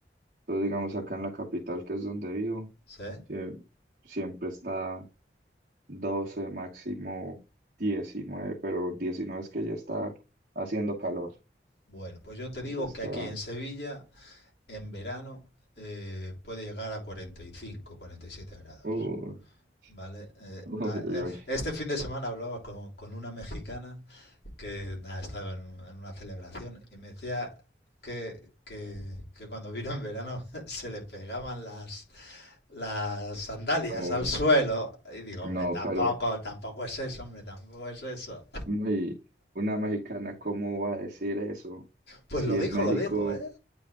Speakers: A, on the right; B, on the left.
A: Entonces, digamos, acá en la capital, que es donde vivo,
B: ¿Sí?
A: sie- siempre está 12 máximo diecinueve pero 19 es que ya está haciendo calor.
B: Bueno, pues yo te digo
A: Ya está.
B: que aquí en Sevilla, en verano, eh, puede llegar a 45, 47 grados.
A: uh,
B: ¿Vale? Eh,
A: <laughs> uy,
B: a-
A: uy,
B: eh,
A: uy.
B: este fin de semana hablaba con, con una mexicana que nada, estaba en, en una celebración y me decía que, que- que cuando vino en verano <laughs> se le pegaban las, las sandalias
A: No,
B: al suelo. Y digo,
A: no,
B: hombre, tampoco,
A: pero
B: tampoco es eso, hombre, tampoco es eso.
A: uy, una mexicana, ¿cómo va a decir eso?
B: Pues
A: Si
B: lo dijo,
A: en México.
B: lo dijo, ¿eh?